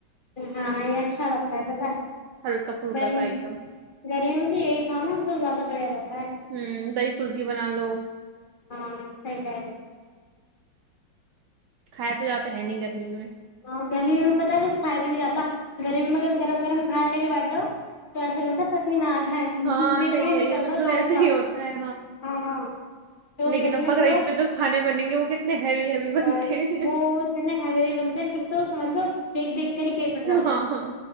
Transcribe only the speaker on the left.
ہاں یہ اچھا لگتا ہے پتا
گ
گرموں تو یہی تھا نا زیادہ بڑھیا لگتا
ہاں صحیح کہہ رہے
ہاں گرمی میں پتاہ کچھ کھائے بھی نہیں جاتا گرمی میں اگر گرم گرم کھانے لے کے بد لو تو ایسا لگتا تکین ہے دل
بھی
نہیں
کرتا
گانے
کا
ہاں ہاں تو
گری
میں
تھڑا
اور
وہ بنتے تو سانوا دیکھ دیکھ پیڑ پ جاتتا